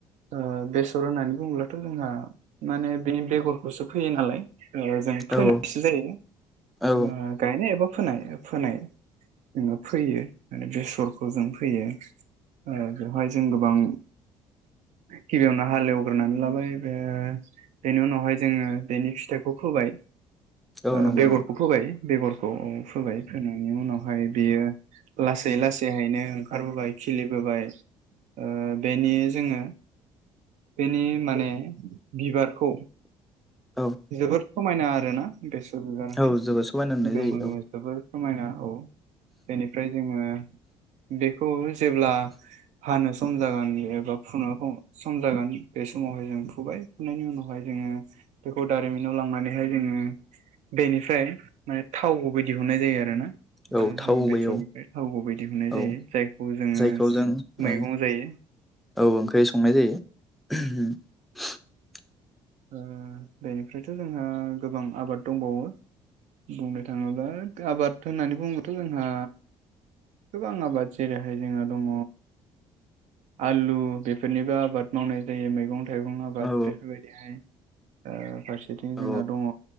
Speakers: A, on the right; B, in the centre.
A: ओ बेसर होननानै बुङोब्लाथ' जोंहा माने बेनि बेगरखौसो फोयो नालाय ओ जों फोनायसो
B: औ
A: जायो।
B: औ
A: गायनाय एबा फोनाय फोनाय जोङो फोयो माने बेसरखौ जों फोयो ओ बेवहाय जों गोबां गिबियावनो हालौवग्रोनानै लाबाय बेनि उनावहाय जोङो बेनि फिथाइखौ फोबाय
B: <inaudible>
A: ओ बेगरखौ
B: नंगौ
A: फोबाय बेगरखौ औ फोबाय फोनायनि उनावहाय बेयो लासै लासैहायनो ओंखारबोबाय खिलिबोबाय ओ बेनि जोङो बेनि माने बिबारखौ
B: औ
A: जोबोर समायना आरोना बेसर बिबाराहाय
B: औ जोबोद समायना नुनाय
A: गोमो
B: जायो
A: गोमो जोबोर समायना औ बेनिफ्राय जोङो बेखौ जेब्ला
B: <inaudible>
A: हानो सम जागोन एबा फुनो सम जागोन बे समावहाय जों फुबाय फुनायनि उनावहाय जोङो <unintelligible> बेखौ दारिमिनाव लांनानैहाय जोङो बेनिफ्राय माने थाव गुबै दिहुननाय जायो आरो ना
B: औ थावबो
A: जोङो बेसरनिफ्राय
B: औ
A: थाव गुबै बायदिहुनाय
B: औ
A: जायो जायखौ जोङो
B: जायखौ जों ओं
A: मैगं जायो
B: औ ओंख्रि संनाय जायो। <unintelligible>
A: उम बेनिफ्रायथ' जोंहा गोबां आबाद दंबावो बुंनो थाङोब्ला आबाद होननानै बुंङोथ' जोंहा गोबां आबाद जेरैहाय जोंहा दङ आलु बेफोरनिबो आबाद मावनाय जायो मैगं थाइगं आबाद
B: औ
A: बेफोरबायदिहाय ओ फारसेथिं जोंना
B: औ
A: दङ